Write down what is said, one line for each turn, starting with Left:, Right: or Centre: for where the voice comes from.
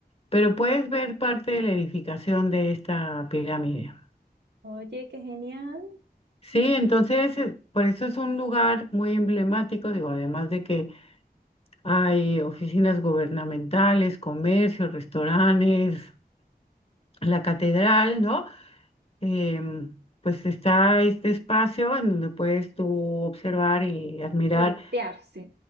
Left: pero puedes ver parte de la edificación de esta pirámide.
Right: Oye, qué genial.
Left: Sí, entonces, eh, por eso es un lugar muy emblemático, digo, además de que Hay oficinas gubernamentales, comercios, restaurantes, la catedral, ¿no? Em, pues está este espacio en donde puedes tú observar y admirar
Right: Turetearse.